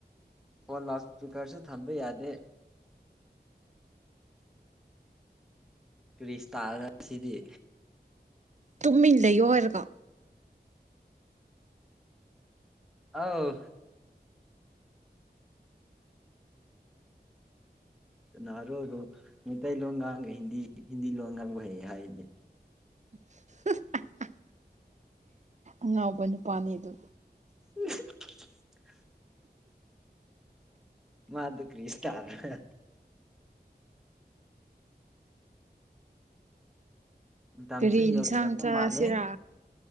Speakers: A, in the centre; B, on the right.
A: ꯐꯣꯟ ꯂꯥꯎ ꯏꯁꯄꯤꯀꯔꯁꯨ ꯊꯝꯕ ꯌꯥꯗꯦ ꯇꯔꯤꯁ ꯇꯥ ꯁꯤꯗꯤ
B: ꯇꯨꯝꯃꯤꯟ ꯂꯩꯌꯣ ꯍꯥꯏꯔꯀꯣ
A: ꯑꯥꯎ ꯀꯅꯥꯔꯣꯔꯣ ꯃꯩꯇꯩ ꯂꯣꯟ ꯉꯥꯡꯒ ꯍꯤꯟꯗꯤ ꯍꯤꯟꯗꯤ ꯂꯣꯟ ꯉꯥꯡꯕ ꯍꯩ ꯍꯥꯏꯗꯤ
B: <unintelligible> ꯉ ꯉꯕ ꯅꯤꯄꯅꯤ ꯑꯗꯨ
A: ꯎꯝ ꯃꯥꯗꯨ ꯀꯔꯤ ꯁꯔꯅ ꯃꯇꯝꯁꯦ
B: ꯀꯔꯤ ꯌꯦꯟꯁꯥꯡ
A: ꯌꯧꯁꯤꯜꯂꯛꯄ
B: ꯆꯥꯁꯤꯔ
A: ꯃꯥꯜꯂꯦ